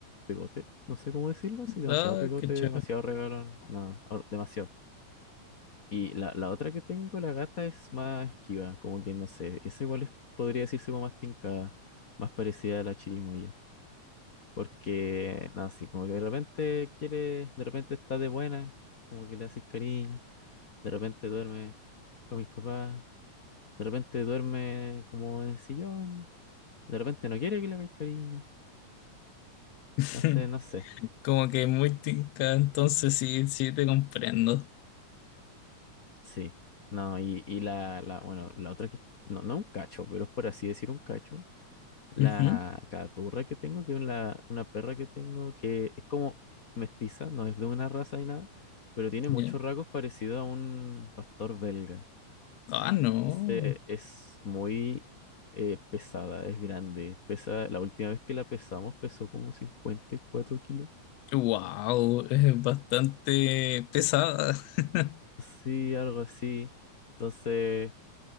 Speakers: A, on the left (about 55°); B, on the left (about 80°).
A: pegote, no sé cómo decirlo, así demasiado
B: Ah,
A: pegote,
B: qué choro.
A: demasiado regalón, nada or- demasiado. Y la, la otra que tengo, la gata, es más esquiva, como que, no sé, esa igual es- podría decirse como más tincada, más parecida a la chirimoya, porque, no, así, como que de repente quiere, de repente está de buena, como que le haces cariño. De repente duerme con mis papás. De repente duerme como en el sillón. De repente no quiere que le hagáis cariño.
B: <laughs>
A: Entonces, no sé.
B: Como que muy tinca, entonces sí, sí te comprendo.
A: Sí. No, y, y la, la, bueno, la otra que, no, no un cacho, pero es por así decir un cacho. La
B: Ujú,
A: caturra que tengo, que es la- una perra que tengo, que es como mestiza, no es de una raza ni nada, pero tiene
B: ya.
A: muchos rasgos parecidos a un pastor belga.
B: Ah, no.
A: Entonces, es muy eh, pesada, es grande. Pesa, la última vez que la pesamos pesó como 54 kilos.
B: Wow, es bastante pesada. <laughs>
A: Sí, algo así. Entonces,